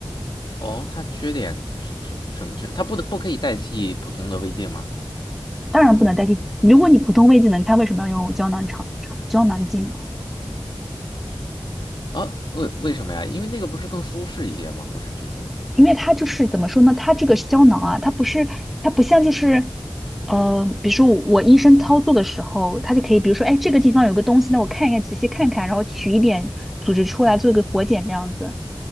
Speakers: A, on the left; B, in the centre.
A: 哦，它缺点是什什么缺？它不得不可以代替普通的胃镜吗？
B: 当然不能代替。如果你普通胃镜能看，为什么要用胶囊肠肠胶囊镜呢？
A: 啊，为为什么呀？因为那个不是更舒适一些吗？不是，据说。
B: 因为它就是怎么说呢？它这个胶囊啊，它不是，它不像就是，呃，比如说我我医生操作的时候，他就可以，比如说，哎，这个地方有个东西，那我看一看，仔细看看，然后取一点组织出来做一个活检这样子。